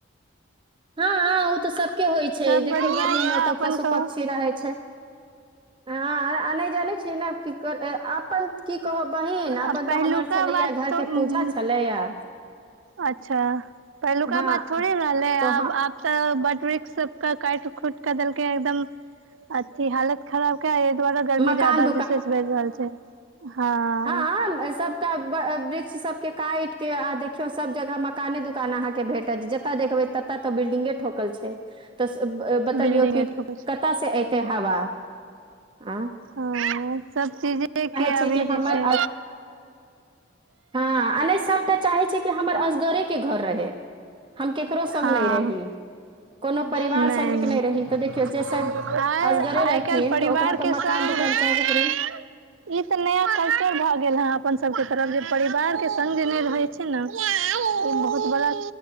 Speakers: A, on the right; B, on the right.
A: हां-हां उ तै सबके होय छै,
B: सब बढ़िया
A: देखियौ गर्मी
B: यए
A: मे
B: अपन
A: तऽ पशु-पक्षी
B: कहू
A: रहै छै। हां आर आ नै जानै छियै नै की कर ए अप्पन की कहब बहिन
B: आ
A: अपन
B: पहिलुका
A: तऽ हमर छलै
B: बात
A: यै घर
B: तऽ
A: के पूजा छलै यै
B: अच्छा पहिलुका
A: हँ
B: बात थोड़ी रहलै
A: तो
B: आब-आब
A: ह
B: सब बट वृक्ष सब के काइट-खुट कऽ देलकै हें एकदम अथी हालत खराब कै ऐ दुआरे गर्मी
A: मकान
B: ज्यादा विशेष बढ़ रहल छै। हँ
A: हाँ ए सब तब वृक्ष सबके काइट के आ देखियौ सब जगह मकाने दुकान अहाँके भेटय छै जतऽ देखबै त ततऽ बिल्डिंगे ठोकल छै तऽ स अ बतबियौ
B: बिल्डिंगे
A: की
B: ठोकै छै
A: कता से ऐतै हवा आं
B: हां सब चीजे के
A: छै
B: अभी
A: कि हमर
B: जे छै
A: हां आ नै सब तऽ चाहे छै कि हमर असगरे के घर रहै, हम केकरो संग
B: हँ
A: नै रही कोनो परिवार
B: नहि
A: संगे क नै रही तऽ देखियौ
B: आइ
A: से सब असगरे
B: आइ
A: रहथिन
B: काल्हि परिवार
A: तऽ ओकरा तऽ
B: के संग
A: मकान-दुकान चाहबे करी
B: ई तऽ नया कल्चर भै गेल हें अपन सबके तरफ जे परिवार के संग जे नै रहै छै छै नै ई बहुत बड़ा